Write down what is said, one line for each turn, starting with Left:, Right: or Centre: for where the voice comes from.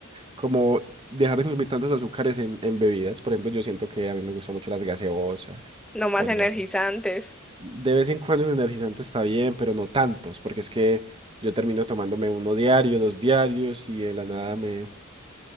Right: Como dejar de consumir tantos azúcares en, en bebidas. Por ejemplo, yo siento que a mí me gustan mucho las gaseosas,
Centre: No más
Right: cosas
Centre: energizantes.
Right: así. De vez en cuando un energizante está bien, pero no tantos, porque es que yo termino tomándome uno diario, dos diarios y de la nada me...